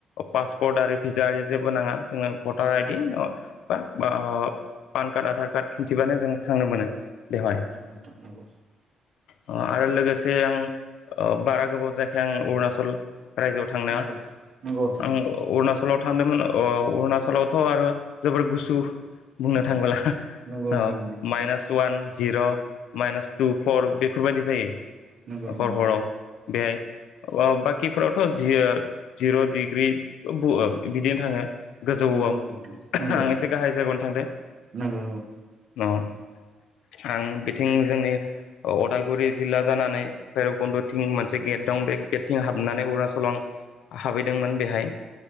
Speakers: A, on the left (about 80°); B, on the right (about 55°).
A: पासपर्ट आरि भिजा ओरि जेबो नाङा जों भटार आइडि बा पान आधार कार्ड खिन्थिबानो जों थांनो मोनो बेवहाय
B: नंगौ नोंथां नंगौ
A: आरो लोगोसे आं बारा गोबाव जायाखै आं अरुणाचल रायजोआव थांनाङा
B: नंगौ नंगौ नोंथां
A: आं
B: नंगौ
A: अरुणाचलाव थादोंमोन औ अुणाचलावथ' आरो जोबोर गुसु बुंनो थांबोला
B: नंगौ नंगौ
A: ओ माइनास वान जिर' माइनास टु फर बेफोरबायादि जायो
B: नंगौ नोंथां
A: हर हराव बेहाय ओ बाखिफोरावथ' जिर' डिग्रि बिदिनो थाङो गोजौआव
B: नंगौ नंगौ नोंथां
A: आं
B: औ
A: एसे गाहाय जायगायावनो थांदो
B: नंगौ
A: अ आं बिथिं जोंनि अदालगुरि जिल्ला जानानै भैरबकुन्द थिं मोनसे गेट दं बे गेटथिं हाबनानै अरुणाचलाव हाबहैदोंमोन बेहाय